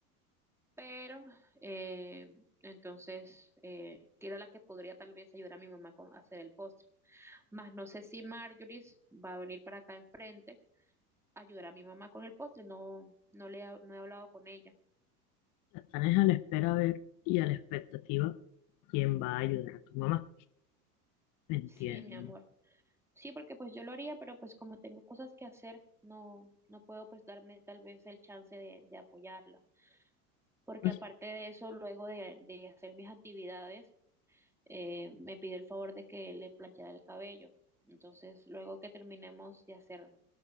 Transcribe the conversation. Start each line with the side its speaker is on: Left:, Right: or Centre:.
Centre: pero, eh, entonces, eh, que era la que podría tal vez ayudar a mi mamá con, a hacer el postre. Más no sé si Marjorie va a venir para acá enfrente a ayudar a mi mamá con el postre, no, no le ha- no he hablado con ella.
Left: Están es a la espera a ver y a la expectativa quién va a ayudar a tu mamá. Me entiendo.
Centre: Sí, mi amor. Sí, porque pues yo lo haría, pero pues como tengo cosas que hacer, no, no puedo pues darme tal vez el chance de, de apoyarla. Porque
Left: No
Centre: aparte
Left: sé,
Centre: de eso, luego de, de hacer mis actividades, eh, me pidió el favor de que le planchara el cabello. Entonces, luego que terminemos de hacer